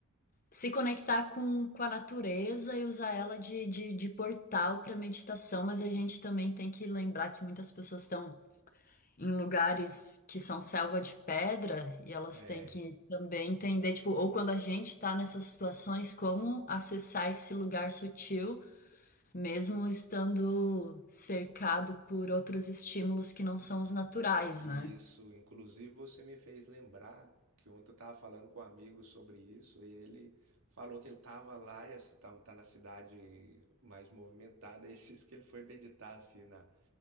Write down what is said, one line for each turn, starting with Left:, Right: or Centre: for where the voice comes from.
Left: se conectar com, com a natureza e usar ela de, de, de portal para meditação, mas a gente também tem que lembrar que muitas pessoas estão em lugares que são selva de pedra e elas
Right: é
Left: têm que também entender, tipo, ou quando a gente está nessas situações, como acessar esse lugar sutil, mesmo estando cercado por outros estímulos que não são os naturais,
Right: e
Left: né?
Right: Isso, inclusive você me fez lembrar que ontem eu estava falando com um amigo sobre isso e ele falou que ele estava lá e está na cidade mais movimentada. E ele <laughs> disse que ele foi meditar assim na,